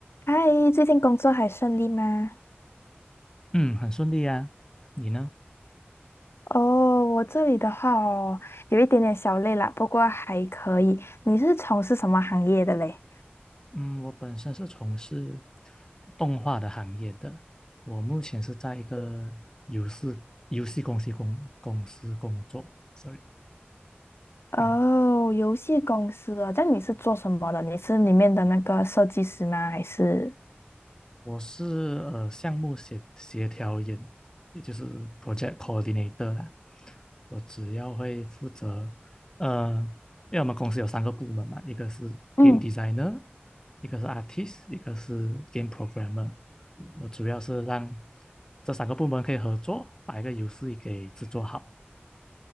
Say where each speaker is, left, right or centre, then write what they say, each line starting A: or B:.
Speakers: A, on the left (about 80°); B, on the left (about 15°).
A: 嗨，最近工作还顺利吗？
B: 嗯，很顺利啊。你呢？
A: 哦，我这里的话哦，有一点点小累啦，不过还可以。你是从事什么行业的嘞？
B: 嗯，我本身是从事动画的行业的，我目前是在一个游戏游戏公司公公司工作。sorry，
A: 哦，
B: 嗯。
A: 游戏公司哦，这样你是做什么的？你是里面的那个设计师吗？还是？
B: 我是呃项目协协调人，也就是 project coordinator 啦。我主要会负责，呃，因为我们公司有三个部门嘛，一个是
A: 嗯。
B: game designer，一个是 artist，一个是 game programmer。我主要是让这三个部门可以合作，把一个游戏给制作好。